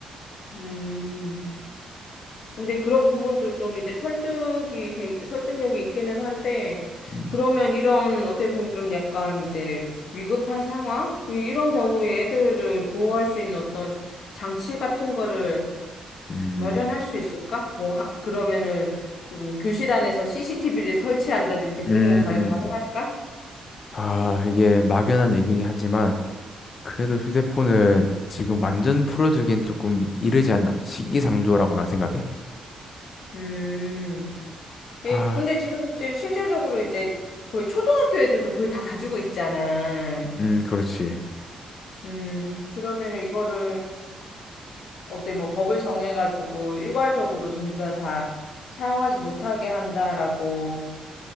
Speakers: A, on the left (about 65°); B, on the left (about 45°).
A: 음. 근데 그런 부분도 좀 이제 설득이 되- 설득력이 있기는 한데
B: 음,
A: 그러면 이런 어떻게 보면 좀 약간 이제 위급한 상황 이- 이런 경우에 애들을 보호할 수 있는 어떤 장치 같은 거를
B: 음.
A: 마련할 수 있을까? 뭐 하- 그러면은 좀 교실 안에서 CCTV를 설치한다든지 그런
B: 음.
A: 건 과연 가능할까?
B: 아, 이게 막연한 얘기긴 하지만 그래도 휴대폰은 지금 완전 풀어주긴 조금 이르지 않나. 시기상조라고 난 생각해.
A: 음.
B: 아,
A: 예, 근데 지금 이제 실질적으로 이제 거의 초등학교 애들도 거의 다 가지고 있잖아.
B: 음, 그렇지.
A: 음. 그러면은 이거를 어때 뭐 법을 정해가지고 일괄적으로 전부 다 다 사용하지 못하게 한다라고